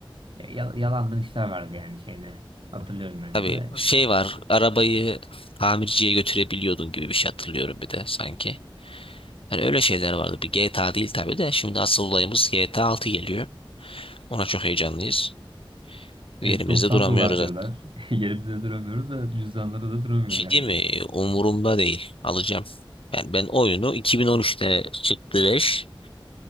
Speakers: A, on the right (about 65°); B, on the left (about 80°).
A: Ya, ya- yalandan işler vardı yani şeyde. Hatırlıyorum ben
B: Tabii
A: de de.
B: şey var arabayı tamirciye götürebiliyordun gibi bir şey hatırlıyorum bir de sanki. Yani öyle şeyler vardı. Bir GTA değil tabii de şimdi asıl olayımız GTA 6 geliyor. Ona çok heyecanlıyız.
A: E,
B: Yerimizde
A: 90
B: duramıyoruz
A: dolar diyorlar.
B: zaten.
A: <laughs> Yerimizde duramıyoruz da cüzdanları da duramıyor
B: Şey
A: yani.
B: değil mi? Umurumda değil. Alacağım. Yani ben oyunu 2013'te çıktı 5.